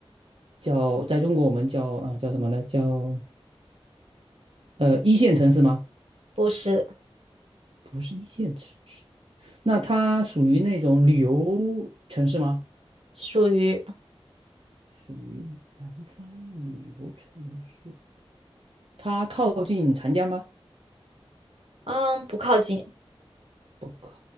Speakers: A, on the right; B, on the right.
A: 叫在中国我们叫啊、呃叫什么呢？叫呃一线城市吗？
B: 不是，
A: 不是一线城市，那它属于那种旅游城市吗？
B: 属于，
A: 属于南方旅游城市，它靠近长江吗？
B: 嗯，不靠近，
A: 不靠